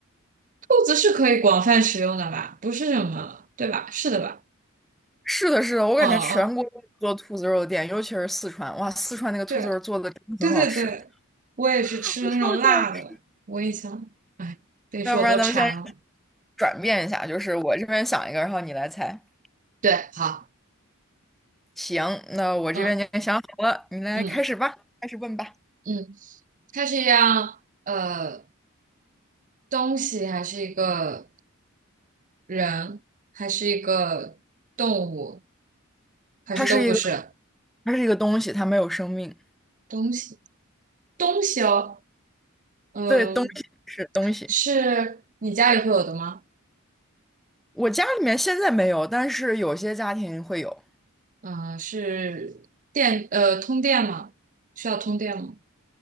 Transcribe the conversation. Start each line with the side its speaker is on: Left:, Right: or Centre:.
Right: 兔子是可以广泛使用的吧？不是什么，对吧？是的吧？
Centre: 是的，是的，我感觉全国都有做兔子肉的店，
Right: 哦，
Centre: 尤其是四川，哇，四川那个兔子肉做的真的很好吃。
Right: 对对对对，我也是吃的那种辣的，
Centre: <laughs> 超级爱吃
Right: 我印象，哎，别说我都馋了。
Centre: 要不然咱们先转变一下，就是我这边想一个，然后你来猜。
Right: 对，好，
Centre: 行，那我这边已经想好了，
Right: 嗯
Centre: 你来开始吧，
Right: 嗯
Centre: 开始问吧。
Right: 嗯，它是一样呃东西，还是一个人，还是一个动物，还是都不是？
Centre: 它是一个，它是一个东西，它没有生命。
Right: 东西东西哦，嗯，
Centre: 对，东西是东西。
Right: 是你家里会有的吗？
Centre: 我家里面现在没有，但是有些家庭会有，
Right: 嗯，是电呃通电吗？需要通电吗？